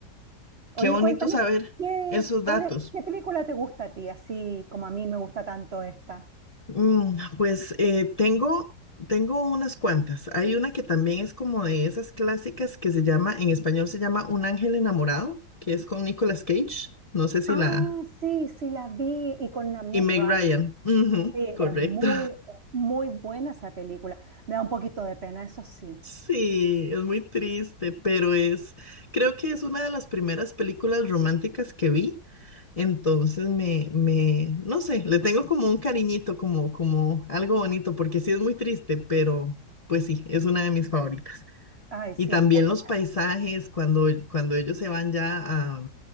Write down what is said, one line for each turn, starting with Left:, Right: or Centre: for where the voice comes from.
Right: Oye,
Left: Qué bonito
Right: cuéntame,
Left: saber
Right: ¿qué,
Left: esos datos.
Right: cuál es- qué película te gusta a ti, así como a mí me gusta tanto esta?
Left: Mm, pues eh, tengo, tengo unas cuantas. Hay una que también es como de esas clásicas que se llama, en español se llama Un ángel enamorado, que es con Nicolas Cage. No sé si
Right: Ah,
Left: la...
Right: sí, sí, la vi y con la Meg
Left: Y Meg
Right: Ryan.
Left: Ryan. Ujú,
Right: Sí,
Left: correcto.
Right: es muy, es muy buena esa película. Me da un poquito de pena, eso sí.
Left: Sí, es muy triste, pero es, creo que es una de las primeras películas románticas que vi, entonces me, me, no sé, le tengo como un cariñito, como, como algo bonito, porque sí es muy triste, pero pues sí, es una de mis favoritas.
Right: Ay,
Left: Y
Right: sí,
Left: también
Right: es muy buena.
Left: los paisajes, cuando, cuando ellos se van ya a,